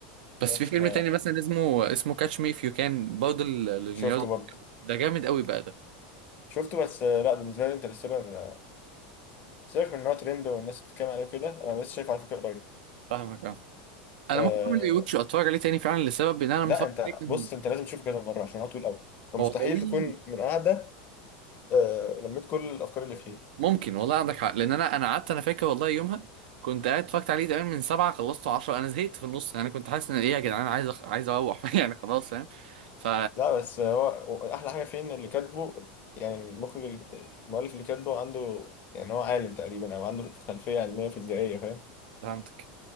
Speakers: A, on the right; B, on the left.
A: بس
B: بس
A: في فيلم
B: ف
A: تاني مثلا اسمه اسمه كاتش مي اف يو كان برضه ل- لليوناردو
B: شفته برضه
A: دي كابريو. ده جامد قوي بقى ده
B: شفته بس آه، لا بالنسبه لي انترستيلر آه، سيبك من ان هو ترند والناس بتتكلم عليه وكده انا لسه شايفه على فكره قريب
A: فاهمك اه انا
B: أه
A: ممكن اعمل ريوتش واتفرج عليه تاني فعلا لسبب ان انا
B: لا
A: متفرج
B: انت
A: عليه كان
B: بص انت لازم تشوفه كذا مره عشان هو طويل قوي فمستحيل
A: هو طويل
B: تكون من قاعده أه لميت كل الافكار اللي فيه
A: ممكن والله عندك حق لان انا انا قعدت انا فاكر والله يومها كنت قاعد اتفرجت عليه تقريبا من سبعة خلصته عشرة انا زهقت في النص يعني كنت حاسس ان ايه يا جدعان عايز أخ... عايز اروح <laughs> يعني خلاص فاهم ف
B: لا بس هو احلى حاجه فيه ان اللي كاتبه يعني المخرج اللي- المؤلف اللي كاتبه عنده يعني هو عالم تقريبا او عنده خلفيه علميه فيزيائيه فاهم
A: فهمتك